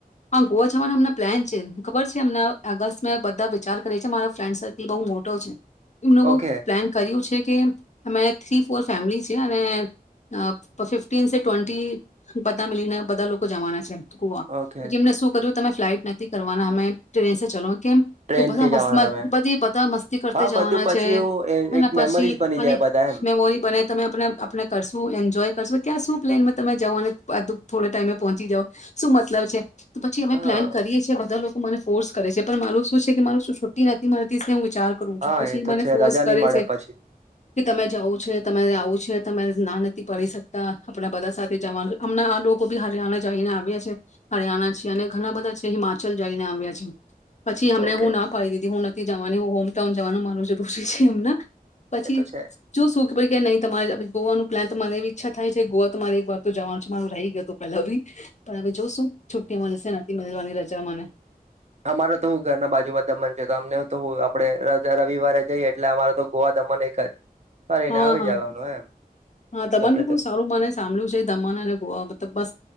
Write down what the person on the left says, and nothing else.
આ ગોવા જવાના અમને પ્લાન. ખબર છે એમને અગત મે બધા વિચાર કરીી મારા ફ્રેન્ડ સર્કલ બહુ મોટો છે. એમનું બહ
પ્લાન કર્યું છે. કે મેથી. પોર ફેમિલી છે અને ફિફ્ટીન સે ટ્વેન્ટી બધા મિલીને બધા લોકો જવાના છે.
પછી એમને શું કર્યું. તમે ફ્લાઇટ નથી કરવાના અમે ટ્રેન ચલો. કેમ
કે બધા
મસ્ત
બધી બધા મસ્તી કરતા
જવાના
છે
અનેના
પછી
અને
મેમોરી. તમે આપણે કરશું એન્જોય કરશો ક્યાં શું પ્લેનમાં તમે જઓ અને થોડ ટાઈમે પહોંચી જાવ શું મતલબ છે. તો પછી અમે
પ્લાન કરીએીએ બધા લોકો. મને ફોર્સ કરે છે પણ મારું શું છે કે મારું શું છુ્ટી નથી મા. વિચાર કરું છું
પછી
મને
ફોર્સ
કરે
છે
કે તમે જાવઓ છે. છે તમે ના નથી પડી શકતા આપણા બધા સાથે જવાનું હમણાં આ લોકો બી હરિયાણા જઈને આવ્યા છે હરિયાણા છ અને ઘણા બધા છે હિમાચલ જઈને આવ્યા છે. પછી હમને
હું ના પાડી દીધી હું નથી જવાની. ત જવાનું માર જે રોસી છે એમને. પછી
જો શું. ખબ કે નહી તમારે ગોવાનું પ્લાનરે ઈચ્છા થાય છે ગોવા તમારે એક વાર તો જવાનું છે મારો રહી ગયો હત પેલા બી પણ હવે જોશું છુટ્ટી મળશે નથી મળવાની રજા મને.
હા
હા
હા તમાને
બી
સારું માને સાંભ્યું છે દમણ અને ગોવા મતલબ બસ